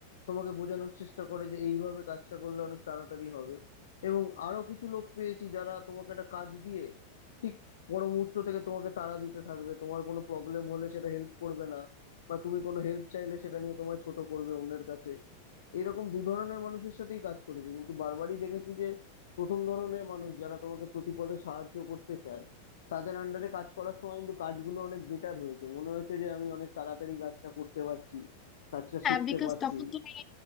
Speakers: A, on the left; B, on the left.
A: তোমাকে বোঝানোর চেষ্টা করে যে এইভাবে কাজটা করলে অনেক তাড়াতাড়ি হবে এবং আরো কিছু লোক পেয়েছি যারা তোমাকে একটা কাজ দিয়ে ঠিক পর মুহূর্ত থেকে তোমাকে তাড়া দিতে থাকবে তোমার কোনো প্রবলেম হলে সেটা হেল্প করবে না বা তুমি কোনো হেল্প চাইলে সেটা নিয়ে তোমায় ছোট করবে অন্যের কাছে এরকম দু ধরনের মানুষের সাথেই কাজ করেছি কিন্তু বারবারই দেখেছি যে প্রথম ধরনের মানুষ যারা তোমাকে প্রতিপদে সাহায্য করতে চায় তাদের আন্ডারে কাজ করার সময় কিন্তু কাজগুলো অনেক বেটার হয়েছে মনে হয়েছে যে আমি অনেক তাড়াতাড়ি কাজটা করতে পারছি কাজটা
B: হ্যাঁ
A: শিখতে
B: বিকজ
A: পারছি
B: তখন তুমি